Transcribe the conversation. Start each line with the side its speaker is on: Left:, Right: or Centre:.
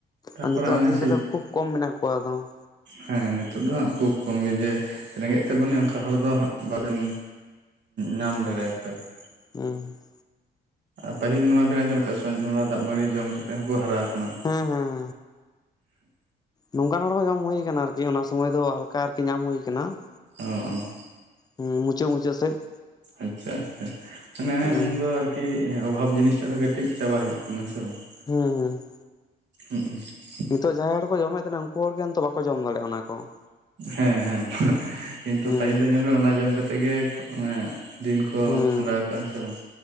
Right: ᱛᱟᱯᱚᱨᱮ
Left: ᱟᱨ ᱱᱤᱛᱚᱜ
Right: ᱦᱚᱸᱜᱼᱚᱭ
Left: ᱫᱤᱱ
Right: ᱥᱮ
Left: ᱨᱮᱫᱚ ᱠᱷᱩᱵ ᱠᱚᱢ ᱢᱮᱱᱟᱜ ᱠᱚᱣᱟ ᱟᱫᱚ ᱾
Right: ᱦᱮᱸ ᱱᱤᱛᱚᱜ ᱫᱚ ᱠᱷᱩᱵ ᱠᱚᱢ ᱜᱮ ᱡᱮ ᱨᱮᱸᱜᱮᱡ ᱛᱮ
Left: ᱦᱮᱸ
Right: ᱵᱚᱱᱮ ᱚᱱᱠᱟ ᱦᱚᱲ ᱫᱚ ᱦᱟᱸᱜ ᱵᱟᱵᱮᱱ ᱧᱟᱢ ᱫᱟᱲᱮᱭᱟᱠᱚᱣᱟ ᱾
Left: ᱦᱩᱸ ᱾
Right: ᱟᱨ ᱯᱟᱹᱦᱤᱞ ᱱᱚᱣᱟ ᱵᱮᱱ ᱟᱸᱡᱚᱢ ᱟᱠᱟᱜ ᱥᱮ ᱡᱚᱱᱳᱲᱟ ᱫᱟᱜ ᱢᱟᱹᱲᱤ ᱡᱚᱢ ᱠᱟᱛᱮ ᱦᱚᱸᱠᱚ ᱦᱟᱨᱟ ᱟᱠᱟᱱᱟ ᱾
Left: ᱦᱮᱸ ᱱᱚᱝᱠᱟᱱ ᱦᱚᱲ ᱦᱚᱸ ᱡᱚᱢ ᱦᱩᱭ ᱟᱠᱟᱱᱟ ᱟᱨᱠᱤ ᱚᱱᱟ ᱥᱩᱢᱟᱹᱭ ᱫᱚ ᱦᱟᱞᱠᱟ ᱟᱨᱠᱤ ᱧᱟᱢ ᱦᱩᱭ ᱟᱠᱟᱱᱟ ᱾
Right: ᱚᱦᱚᱸ ᱾
Left: ᱦᱮᱸ ᱢᱩᱪᱟᱹᱫ ᱢᱩᱪᱟᱹᱫ ᱥᱮᱫ ᱾
Right: ᱟᱪᱪᱷᱟ ᱟᱪᱪᱷᱟ ᱢᱟᱱᱮ
Left: ᱦᱮᱸ
Right: ᱩᱱᱫᱚ ᱟᱨᱠᱤ ᱚᱵᱷᱟᱵ ᱡᱤᱱᱤᱥ ᱴᱟᱜ ᱫᱚ ᱠᱟᱹᱴᱤᱡ ᱪᱟᱵᱟ ᱦᱤᱡᱩᱜ ᱠᱟᱱᱟ ᱦᱮᱸ ᱥᱮ ᱵᱟᱝ ᱾
Left: ᱦᱩᱸ ᱦᱩᱸ ᱾
Right: ᱦᱩᱸᱜᱼᱩ ᱾
Left: ᱱᱤᱛᱚᱜ ᱡᱟᱦᱟᱸᱭ ᱦᱚᱲ ᱠᱚ ᱡᱚᱢᱮᱫ ᱛᱟᱦᱮᱱᱟ ᱩᱱᱠᱩ ᱦᱚᱲᱜᱮ ᱱᱤᱛᱚᱜ ᱵᱟᱠᱚ ᱡᱚᱢ ᱫᱟᱲᱮᱭᱟᱜᱼᱟ ᱚᱱᱟ ᱠᱚ ᱾
Right: ᱦᱮᱸ ᱦᱮᱸ ᱠᱤᱱᱛᱩ
Left: ᱦᱮᱸ
Right: ᱯᱟᱹᱦᱤᱞ ᱫᱚ ᱧᱮᱞ ᱵᱮᱱ ᱚᱱᱟ ᱡᱚᱢ ᱠᱟᱛᱮᱫ ᱜᱮ ᱾ ᱫᱤᱱ ᱠᱚ
Left: ᱦᱮᱸ
Right: ᱠᱷᱟᱸᱰᱟᱣ ᱟᱠᱟᱜᱼᱟ ᱦᱮᱸ ᱥᱮ ᱵᱟᱝ